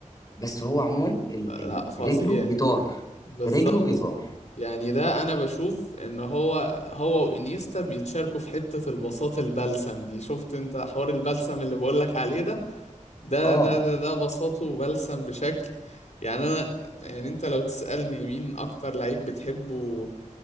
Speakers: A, on the left; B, on the left.
A: بس هو عموما ال...
B: لا
A: ال...
B: فظيع
A: رجله جيتار
B: بالظبط
A: رجله جيتار
B: يعني ده انا بشوف ان هو هو وانيستا بيتشاركوا في حتة البساط البلسم دي شفت انت حوار البلسم اللي بقولك عليه ده ده
A: اه
B: ده ده, ده بساطه وبلسم بشكل يعني انا يعني انت لو تسألني مين اكتر لعيب بتحبه